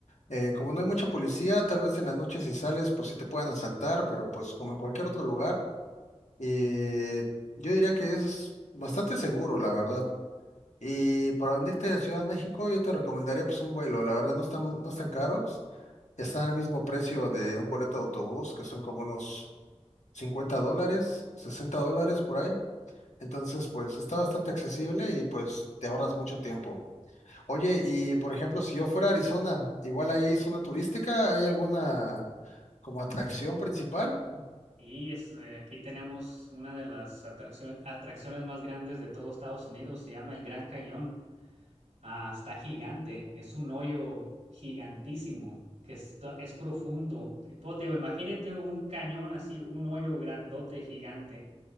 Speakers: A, on the left (about 85°); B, on the right (about 85°).
A: eh, como no hay mucha policía, tal vez en las noches si sales, pues sí te puedan asaltar, pero pues como en cualquier otro lugar, eh, yo diría que es bastante seguro, la verdad. Y para venirte a Ciudad de México, yo te recomendaría pues un vuelo, la verdad no están, no están caros, están al mismo precio de un boleto de autobús, que son como unos 50 dólares, 60 dólares por ahí. Entonces, pues está bastante accesible y pues te ahorras mucho tiempo. Oye, y por ejemplo, si yo fuera a Arizona, igual ahí hay zona turística, ¿hay alguna como atracción principal?
B: Y es, eh, aquí tenemos una de las atraccio- atracciones más grandes de todo Estados Unidos, se llama el Gran Cañón. Ah, está gigante, es un hoyo gigantísimo que está, es profundo. Y, pues, te digo, imagínate un cañón así, un hoyo grandote gigante.